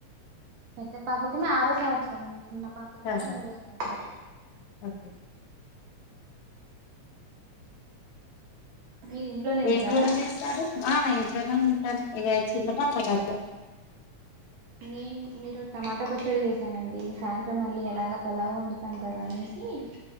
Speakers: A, on the right; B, on the left.
A: పేద్ద పాపకి ఆరో సంవత్సరం చిన్న పాపకేమో
B: ఆహా
A: మూడో సంవత్సరం
B: ఓకే
A: మీరు ఇంట్లోనే
B: ఏం
A: ఉంటారా
B: కర్రీ చేస్తారు ఆ ఇ ఉంటది చిన్నపాప కదా
A: నేను మీరు టమాటా పచ్చడి చేసానండి సాయంత్రం మళ్ళీ ఎలాగ పలావ్ వండుతాం కదా అనేసీ సి